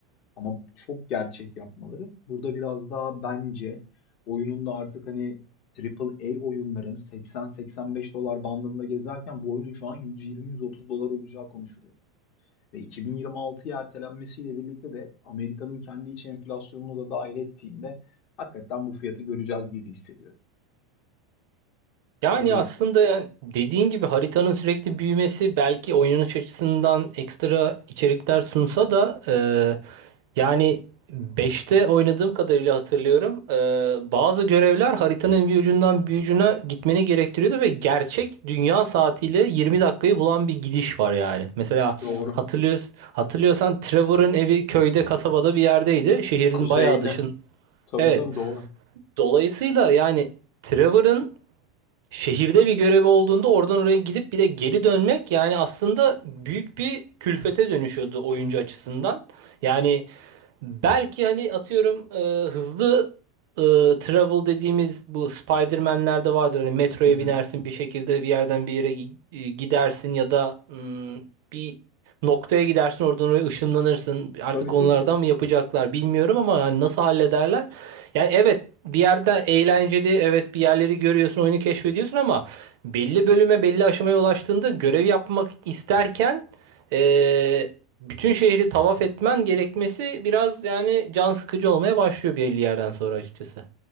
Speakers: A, on the left; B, on the right.
A: Ama çok gerçek yapmaları. Burada biraz daha bence oyunun da artık hani Triple A oyunların 80-85 dolar bandında gezerken bu oyunun şu an 120-130 dolar olacağı konuşuluyor. Ve 2026'ya ertelenmesiyle birlikte de Amerika'nın kendi iç enflasyonunu da dahil ettiğinde hakikaten bu fiyatı göreceğiz gibi hissediyorum.
B: Yani
A: Böyle
B: aslında yani dediğin gibi haritanın sürekli büyümesi belki oynanış açısından ekstra içerikler sunsa da e, yani beşte oynadığım kadarıyla hatırlıyorum. e, bazı görevler haritanın bir ucundan bir ucuna gitmeni gerektiriyordu ve gerçek dünya saatiyle 20 dakikayı bulan bir gidiş var yani. Mesela
A: Doğru.
B: hatırlıyor, hatırlıyorsan Trevor'ın evi köyde kasabada bir yerdeydi. Şehrin
A: kuzeyde.
B: bayağı dışın.
A: Tabii
B: Evet.
A: tabii doğru.
B: Dolayısıyla yani Trevor'ın Şehirde bir görevi olduğunda oradan oraya gidip bir de geri dönmek yani aslında büyük bir külfete dönüşüyordu oyuncu açısından. Yani Belki hani atıyorum e, hızlı e, travel dediğimiz bu Spider-Man'lerde vardır. Hani metroya
A: Hı hı.
B: binersin bir şekilde bir yerden bir yere gi- e, gidersin ya da mm, bir noktaya gidersin oradan oraya ışınlanırsın. Artık
A: Tabii tabii.
B: onlardan mı yapacaklar bilmiyorum ama yani nasıl hallederler? Yani evet bir yerde eğlenceli evet bir yerleri görüyorsun oyunu keşfediyorsun ama belli bölüme belli aşamaya ulaştığında görev yapmak isterken e, bütün şehri tavaf etmen gerekmesi biraz yani can sıkıcı olmaya başlıyor belli yerden sonra açıkçası.